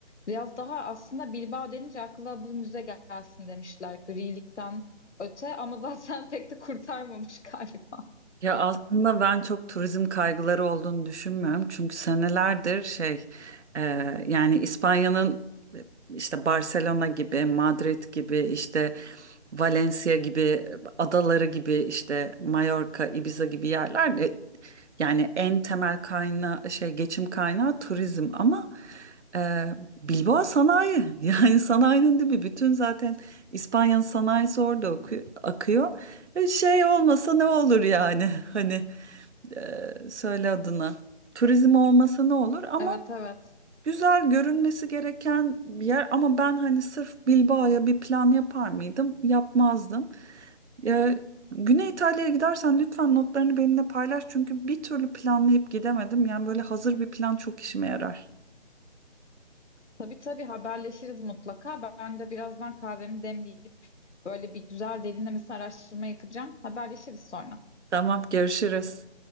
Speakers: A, on the left; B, on the right.
A: Biraz daha aslında Bilbao denince akla bu müze gelsin demişler grilikten öte ama zaten <laughs> pek de kurtarmamış galiba.
B: Ya aslında ben çok turizm kaygıları olduğunu düşünmüyorum. Çünkü senelerdir şey e, yani İspanya'nın e, işte Barcelona gibi, Madrid gibi, işte Valencia gibi, e, adaları gibi, işte Mallorca, Ibiza gibi yerler de yani en temel kaynağı şey geçim kaynağı turizm ama e, Bilbao sanayi <laughs> yani sanayinin de bir bütün zaten İspanya'nın sanayisi orada akıyor. akıyor. E, Şey olmasa ne olur yani <laughs> hani e, söyle adına turizm olmasa ne olur ama
A: Evet evet.
B: güzel görünmesi gereken bir yer ama ben hani sırf Bilbao'ya bir plan yapar mıydım yapmazdım. E, Güney İtalya'ya gidersen lütfen notlarını benimle paylaş çünkü bir türlü planlayıp gidemedim yani böyle hazır bir plan çok işime yarar.
A: Tabii tabii haberleşiriz mutlaka. Ben de birazdan kahvemi demleyip böyle bir güzel derinlemesine araştırma yapacağım. Haberleşiriz sonra.
B: Tamam görüşürüz.